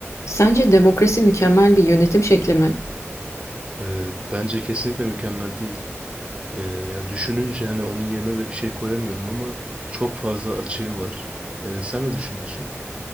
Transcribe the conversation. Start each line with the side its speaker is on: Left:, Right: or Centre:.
Left: Sence demokrasi mükemmel bir yönetim şekli mi?
Right: Ee, bence kesinlikle mükemmel değil. Ee, yani düşününce hani onun yerine de bir şey koyamıyorum ama çok fazla açığı var. Ee, sen ne düşünüyorsun?